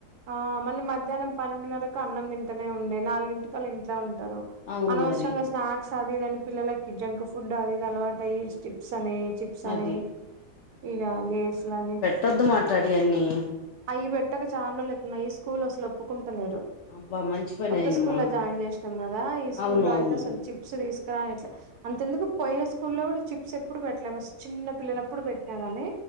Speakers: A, on the right; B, on the left.
A: ఆ మళ్ళీ మధ్యాహ్నం పన్నెండున్నరకు అన్నం తింటనే ఉండే నాలుగింటికాఇంట్లో ఉంటారు
B: అవును
A: అనోసరంగా
B: మరి
A: స్నాక్స్ అదిఇది అని పిల్లలకి జంక్ ఫుడ్ అది ఇది అలవాటై స్టిప్స్ అని చిప్ చిప్స్
B: అది
A: అని ఇగ లేేస్లని
B: తోద్దు మాట్లాడియన్నీ
A: అవి పెట్టక చానా రోజులు అయితున్నాది స్కూల్ అసలు ఒప్పుకుంటలేరు
B: అబ్బా మంచి పని
A: కొత్త
B: అయిందమ్మా
A: స్కూల్లో జాయిన్ చేస్నాం కదా ఈ స్కూల్లో
B: అవును అవును
A: అయితే అసలు చిప్స్ తీస్కరానిట్లే అంతెందుకు పోయిన స్కూల్లో కూడా చిప్స్ ఎప్పుడు పెట్టలే చిన్న పిల్లలప్పుడు పెట్టినా గాని